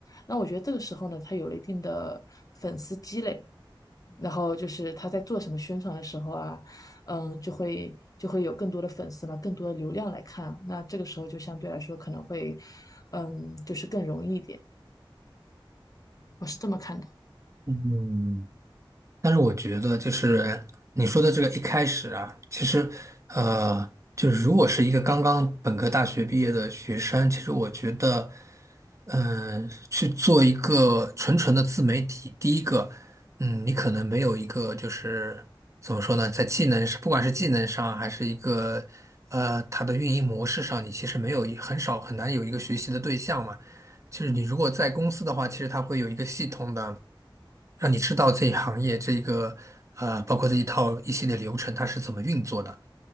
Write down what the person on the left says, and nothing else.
那我觉得这个时候呢，他有了一定的粉丝积累，然后就是他在做什么宣传的时候啊，嗯，就会就会有更多的粉丝嘛，更多的流量来看，那这个时候就相对来说可能会，嗯，就是更容易一点，我是这么看的。